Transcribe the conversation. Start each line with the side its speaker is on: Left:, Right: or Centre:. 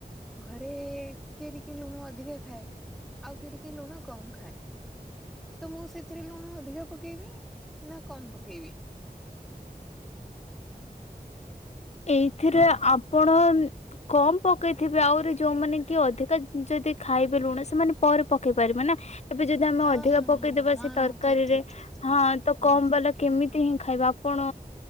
Centre: ଘରେ କିଏ ଟିକେ ଲୁଣ ଅଧିକା ଖାଏ। ଆଉ କିଏ ଟିକେ ଲୁଣ କମ ଖାଏ। ତ ମୁଁ ସେଥିରେ ଲୁଣ ଅଧିକ ପକେଇବି ନା କମ୍ ପକେଇବି? ହୁଁ
Left: ଏଇଥିରେ ଆପଣ କମ୍ ପକେଇଥିବେ ଆହୁରି ଯୋଉମାନେ କି ଅଧିକା ଯଦି ଖାଇବେ ଲୁଣ ସେମାନେ ପରେ ପକେଇ ପାରିବେ ନା। ତାପରେ ଯଦି ଆମେ
Centre: ଅ
Left: ଅଧିକା
Centre: ହଁ
Left: ପକେଇଦବା
Centre: ହଁ ହଁ
Left: ସେ ତରକାରୀରେ
Centre: ହଁ ଠିକ ଠିକ ଠିକ ଠିକ
Left: ହଁ ତ
Centre: ହୁଁ
Left: କମ୍ ବାଲା କେମିତି ହିଁ ଖାଇବା ଆପଣ